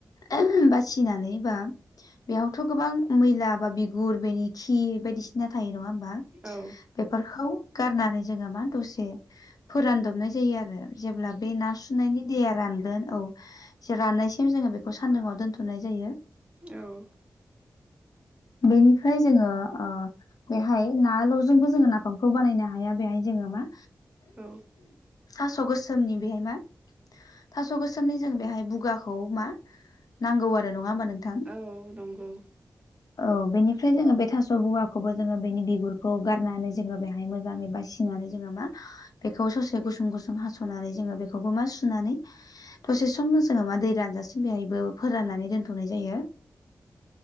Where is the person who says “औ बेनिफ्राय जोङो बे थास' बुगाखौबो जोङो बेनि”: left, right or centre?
Left